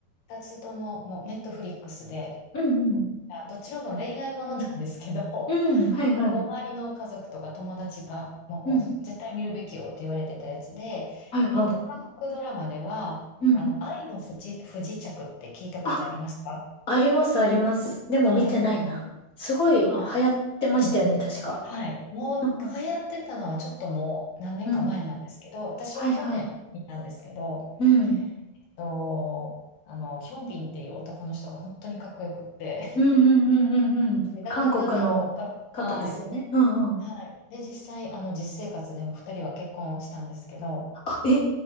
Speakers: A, on the left; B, on the left.
A: 二つとももうネットフリックスで、
B: うんうん。
A: あどちらも恋愛ものなんですけど、<laughs>
B: うん、はいはい。
A: なんかこう周りの家族とか友達がもうこう絶対見るべきよって言われてたやつで、
B: うん、はいはい。
A: えっと、韓国ドラマでは、
B: うん。
A: あの、愛の不時、不時着って聞いたことありますか
B: あ、ありますあります。でも見てないな。
A: はい。
B: すごい流行ってましたよね、
A: あ、うん。
B: 確か。
A: はい。もう流行ってたのはちょっともう何年か前なんですけど、
B: うんうん。うん。
A: 私は去年見たんですけど、
B: はいはい。うん。
A: えっと、あの、ヒョンビンっていう男の人が本当にかっこよくって、
B: うんうんうんうんうん。
A: でだんだんだんだんこうか、
B: 韓国の方ですよね。
A: はい。
B: うんうん。
A: はい。で、実際、あの、実生活でも2人は結婚したんですけど、
B: あ、え